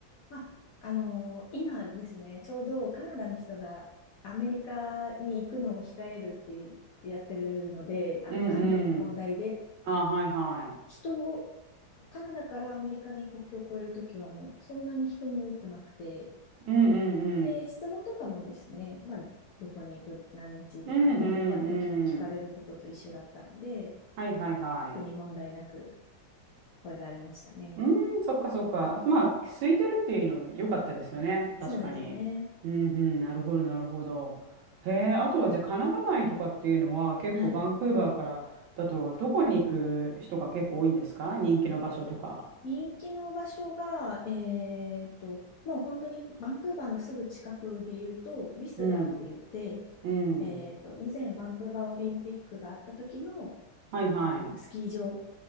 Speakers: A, on the left; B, on the right.
A: まあ、あのー今ですね、ちょうどカナダの人がアメリカに行くのを控えるってやってるので、あの、
B: うんうん。
A: 関税の問題で、
B: ああ、はいはい。
A: 人を、カナダからアメリカに国境を越えるときはもうそんなに人も多くなくて、
B: うんうんうん。
A: で、質問とかもですね、まあ、どこに行く、何日とか、
B: うんうんうん。
A: もう一般的に聞かれることと一緒だったので、
B: はいはいはい。
A: 特に問題なく越えられましたね。
B: うん、そっかそっか。まあ、空いてるっていうのは良かったですよね。確かに。
A: そうですね。
B: うんうん、なるほどなるほど。へえ、あとはじゃあカナダ内とかっていうのは結構バンクーバーからだとどこに行く人が結構多いんですか人気の場所とか。
A: はい。人気の場所が、えーっと、もう本当にバンクーバーのすぐ近くで言うと、ウィスラーって言って、
B: うん、うん。
A: えーっと、以前バンクーバーオリンピックがあった時の、
B: はいはい。
A: あの、スキー場